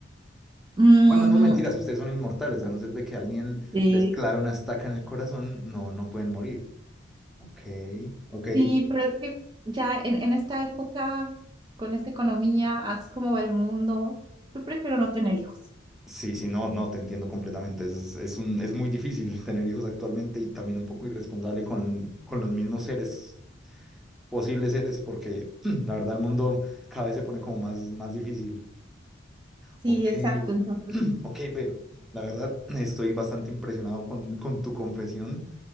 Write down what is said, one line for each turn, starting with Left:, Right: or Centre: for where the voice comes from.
Right: Mm,
Centre: Bueno, no mentiras, ustedes son inmortales, a no ser de que alguien
Right: eh,
Centre: les clave una estaca en el corazón, no, no pueden morir. Ok, ok.
Right: sí, pero es que ya en, en esta época, con esta economía, así como va el mundo, yo prefiero no tener hijos.
Centre: Sí, sí, no, no, te entiendo completamente. Es, es un, es muy difícil <laughs> tener hijos actualmente y también un poco irresponsable con, con los mismos seres posibles seres porque <clears throat> la verdad el mundo cada vez se pone como más, más difícil.
Right: Sí,
Centre: Ok,
Right: exacto. Entonces,
Centre: <clears throat> ok, ve, la verdad estoy bastante impresionado con, con tu confesión.